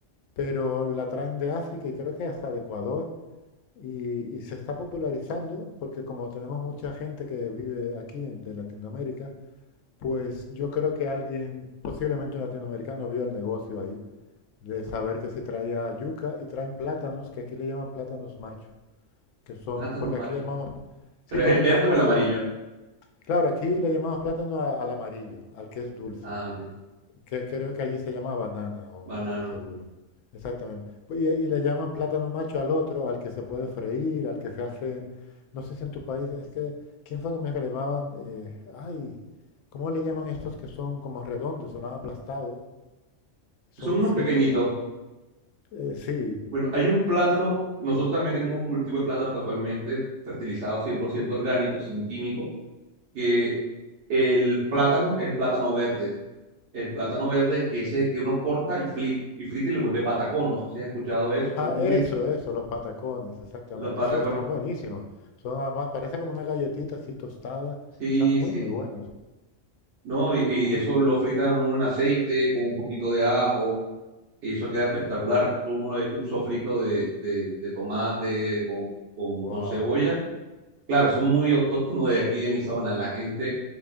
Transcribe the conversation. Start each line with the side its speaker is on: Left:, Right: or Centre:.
Left: pero la traen de África y creo que hasta de Ecuador y, y se está popularizando porque como tenemos mucha gente que vive aquí en- de Latinoamérica, pues yo creo que alguien, posiblemente un latinoamericano, vio el negocio ahí de saber que se traía yuca y traen plátanos, que aquí le llaman plátanos macho, que son,
Right: plátano
Left: porque
Right: macho,
Left: aquí le llamamos, sí,
Right: pero
Left: porque
Right: es el verde
Left: plátano
Right: o el amarillo.
Left: le llaman. Claro, aquí le llamamos plátano a- al amarillo, al que es dulce,
Right: Ah, ok,
Left: que creo que allí se llama banana o
Right: banano.
Left: no estoy seguro. Exactamente. Pues, Y, y le llaman plátano macho al otro, al que se puede freír, al que se hacen, no sé si en tu país, es que, ¿quién fue que me dijo que le llamaban? eh, ay, ¿cómo le llaman estos que son como redondos, son aplastados, son
Right: Son unos
Left: fritos
Right: pequeñitos,
Left: en... eh, sí,
Right: Bueno, hay un plátano, nosotros también tenemos un cultivo de plátano casualmente fertilizado 100% orgánico, sin químico, que el plátano es plátano verde, el plátano verde que ese que uno corta y frita y frita y le vuelve patacón, no sé si has escuchado eso,
Left: ah, pa-
Right: son
Left: eso,
Right: muy
Left: eso, los patacones, exactamente.
Right: los patacones.
Left: Sí, están buenísimos. Son además, parece como una galletita así tostada,
Right: Sí,
Left: están muy,
Right: sí.
Left: muy buenos.
Right: No, y, y
Left: Ah.
Right: eso lo fritan uno en aceite con un poquito de ajo y eso queda espectacular. Eso uno lo ha hecho un sofrito de, de, de tomate con, con,
Left: Wow.
Right: con cebolla Claro, eso es muy autóctono de aquí, de mi zona. La gente